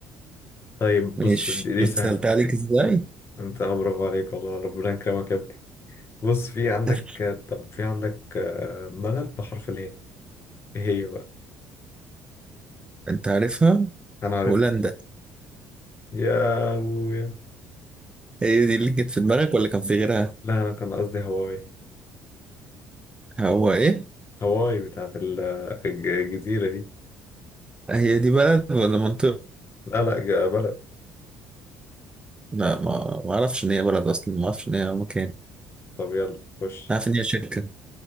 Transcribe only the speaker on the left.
طيب بص
دي دي
سهلة
أنت آه، برافو عليك والله ربنا يكرمك يا ابني بص في عندك
آه، طب في عندك آه، بلد بحرف الهي إيه هي بقى
أنا عارف
يا أبويا
لا أنا كان قصدي هواي
هواي بتاعت ال- آه، الج- الجزيرة دي
لا لا ج- بلد
طب يلا خش